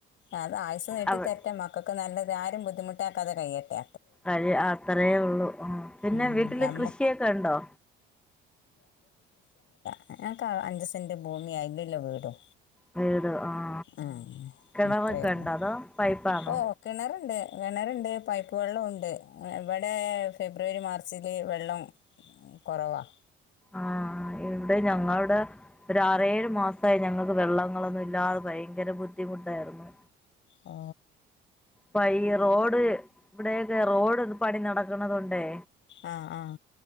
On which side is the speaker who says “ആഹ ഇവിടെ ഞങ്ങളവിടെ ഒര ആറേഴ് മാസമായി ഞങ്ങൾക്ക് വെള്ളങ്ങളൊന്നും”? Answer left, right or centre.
Centre